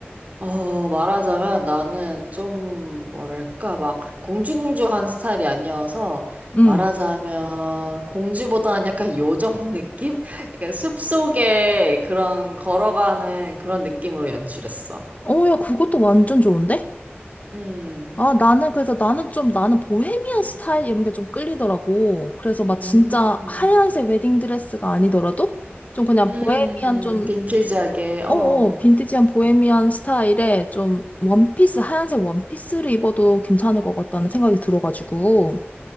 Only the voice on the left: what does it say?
응
어, 야, 그것도 완전 좋은데?
아, 나는, 그래서 나는 좀, 나는 보헤미안 스타일 이런 게 좀 끌리더라고. 그래서 막
진짜 하얀색 웨딩드레스가 아니더라도 좀 그냥
보헤미안 좀,
어어, 빈티지한 보헤미안 스타일에 좀 원피스, 하얀색 원피스를 입어도 괜찮을 것 같다는 생각이 들어가지고.